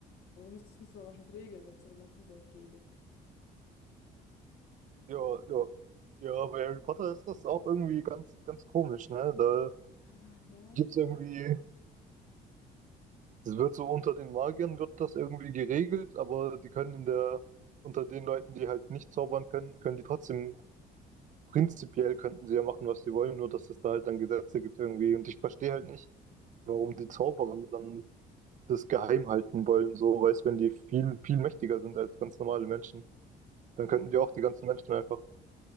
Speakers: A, on the left; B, on the right.
A: Also muss, das müsste man wahrscheinlich regeln, wenn es so eine Magiewelt gäbe.
B: Ja, ja. Ja, bei Harry Potter ist das auch irgendwie ganz, ganz komisch, ne? Da
A: Ah, ja.
B: gibt's irgendwie Das wird so unter den Magiern wird das irgendwie geregelt, aber die können in der, unter den Leuten, die halt nicht zaubern können, können die trotzdem, prinzipiell könnten sie ja machen, was sie wollen, nur dass es da halt dann Gesetze gibt irgendwie. Und ich verstehe halt nicht, warum
A: Ja.
B: die Zauberer dann das geheim halten wollen, so, weißt, wenn die viel, viel mächtiger sind als ganz normale Menschen, dann
A: Ja.
B: könnten die auch die ganzen Menschen einfach